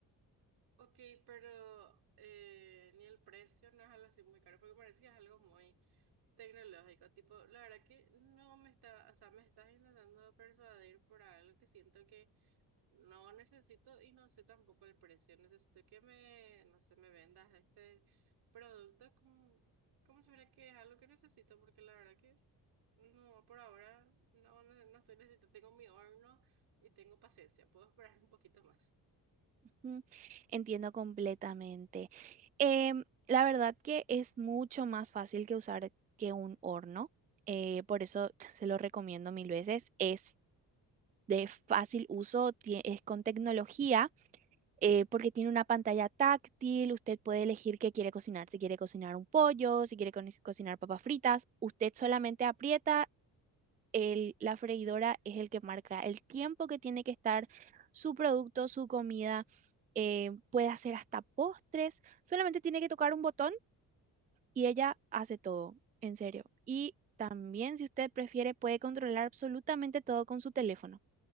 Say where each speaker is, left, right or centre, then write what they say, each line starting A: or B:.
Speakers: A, on the right; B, on the right.
A: Ok, pero eh, ni el precio no es algo así muy caro, porque parece que es algo muy tecnológico. Tipo, la verdad que no me está, o sea, me estás intentando persuadir por algo que siento que no necesito y no sé tampoco el precio. Necesito que me, no sé, me vendas este producto como, como si fuera que es algo que necesito, porque la verdad que No, por ahora no, no, no estoy necesitando. Tengo mi horno y tengo paciencia. Puedo esperar un poquito más.
B: Mm, Entiendo completamente. Em, la verdad que es mucho más fácil que usar que un horno, eh, por eso <laughs> <tsk> se lo recomiendo mil veces. Es de fácil uso, tie- es con tecnología, eh, porque tiene una pantalla táctil, usted puede elegir qué quiere cocinar, si quiere cocinar un pollo, si quiere co- cocinar papas fritas, usted solamente aprieta el, la freidora es el que marca el tiempo que tiene que estar su producto, su comida, eh, puede hacer hasta postres, solamente tiene que tocar un botón y ella hace todo, en serio. Y también, si usted prefiere, puede controlar absolutamente todo con su teléfono.